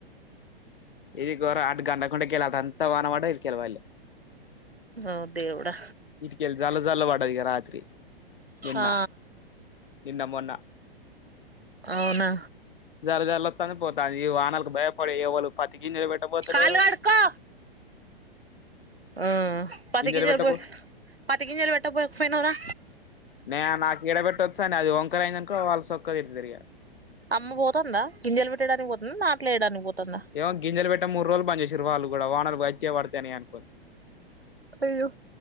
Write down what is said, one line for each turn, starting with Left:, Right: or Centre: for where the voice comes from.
Left: ఇది గోరా అటు గంటకుండా కెల్ అటన్త వాన పడ్డది ఇటు కెళ్ళి పడలే
Right: ఓ దేవుడా
Left: ఇటికెళ్ళి జల్ల జల్ల పడ్డదిగా రాత్రి నిన్న
Right: ఆ
Left: నిన్న మొన్న
Right: అవునా
Left: జర జరల తని పోతాంది ఈ వానలకి భయపడి ఎవళ్ళు పతికిన్నలు పెట్టపోతలేరు.
Right: కాలు కడుక్కో ఉమ్ పతికిింజాలు
Left: గింజలు పెట్టబో
Right: పోయి పతికిింజాలు పెట్ట పోయపోయినారా
Left: నే నాకెడ పెట్టొచ్చా అని అది వంకరైనందనుకో వాళ్ళ సొక్క తిటి తిరిగా.
Right: అమ్మ పోతుందా గింజలు పెట్టడానికి పోతుందా నాట్లేయడానికి పోతందా
Left: ఏమో గింజలు పెట్ట మూడు రోజులు బంద్ చేేసిరు వాళ్ళ కూడా వానలు గట్టిగా పడతన్నియనుకోని.
Right: కలుక్